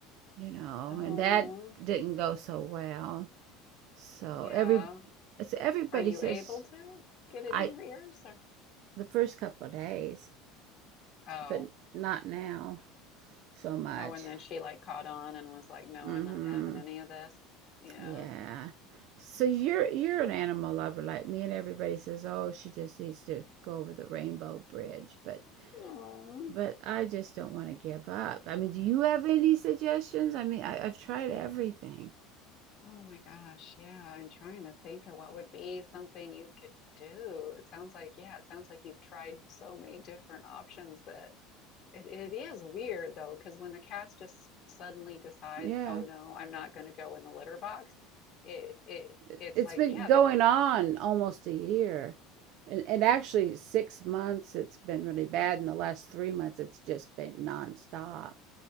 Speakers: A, on the right; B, on the left.
A: you know,
B: oh,
A: and that didn't go so well. So
B: yeah.
A: every, so everybody
B: Are you
A: says
B: able to get it
A: I,
B: in her ears or?
A: the first couple of days,
B: Oh,
A: but not now so much.
B: oh, and then she like caught on and was like, "No,
A: hmm
B: I'm not having any of this." Yeah.
A: Yeah. So you're you're an animal lover like me, and everybody says, "Oh, she just needs to go over the rainbow bridge," but
B: Oh.
A: but I just don't want to give up. I mean, do you have any suggestions? I mean, I, I've tried everything.
B: Oh my gosh, yeah. I'm trying to think of what would be something you could do. It sounds like, yeah, it sounds like you've tried so many different options that it, it is weird though, because when the cats just suddenly decide,
A: Yeah,
B: oh no, I'm not going to go in the litter box, it it
A: It-
B: it's
A: has
B: like,
A: been
B: yeah,
A: going
B: they're,
A: on almost a year. And, and actually, six months, it's been really bad. In the last three months, it's just been nonstop.